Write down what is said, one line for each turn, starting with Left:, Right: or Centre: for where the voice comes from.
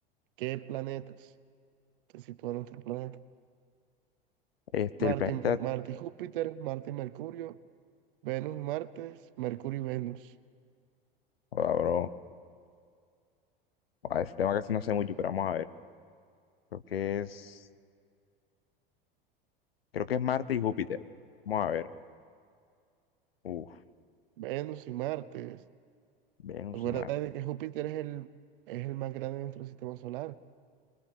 Right: ¿qué planetas? Se sitúa nuestro planeta.
Left: Este,
Right: Marte,
Left: el planeta,
Right: Marte y Júpiter, Marte y Mercurio, Venus y Marte, Mercurio y Venus,
Left: ahora, bro, a ese tema casi no sé mucho, pero vamos a ver. Creo que es, creo que es Marte y Júpiter. Vamos a ver. Uf,
Right: Venus y Marte.
Left: Venus
Right: Acuérdate
Left: y Marte.
Right: de que Júpiter es el, es el más grande de nuestro sistema solar.